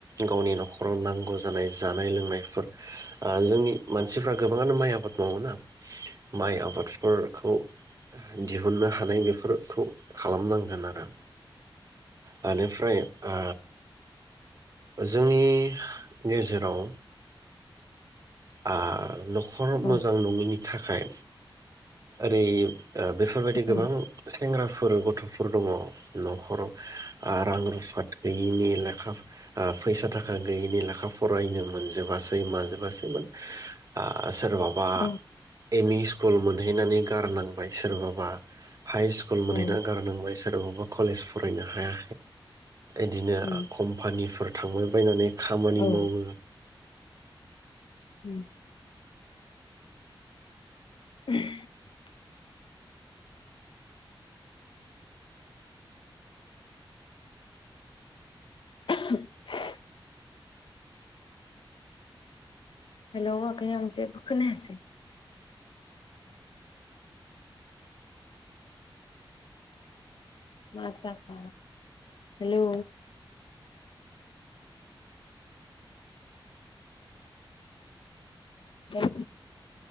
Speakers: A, on the right; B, on the left.
A: गावनि न'खराव नांगौ जानाय, जानाय लोंनायफोर जोंनि मानसिफ्रा गोबाङानो माइ आबाद मावोना माइ आबादफोर खौ दिहुनो हा थानाय बेफोरखौ खालामनांगोन आरो बेनिफ्राय आ जोंनि गेजेराव आ नखर
B: औ
A: मोजां नङैनि थाखाय ओरै बेफोरबायदि गोबां
B: उम
A: सेंग्राफोर गथ' दङ न'खराव आ रां रु फा गैयिनि लेखा ओ फैसा थाखा गैयिनि लेखा फरायनो मोनजोबासै माजोबासै आ सोरबाबा
B: औ
A: एम इ स्कुल मोनहैनानै गारनांबाय सोरबाबा हाइ स्कुल मोनहैना
B: औ
A: गारनांबाय सोरबबा कलेज फरायनो हाया इदिनो
B: उम
A: कम्पानिफोर थांबायबानानै खामानि
B: औ
A: मावो
B: ओम <inaudible> <unintelligible> हेलौ आगै आं जेबो खोनायासै मा जाखो हेलौ <unintelligible>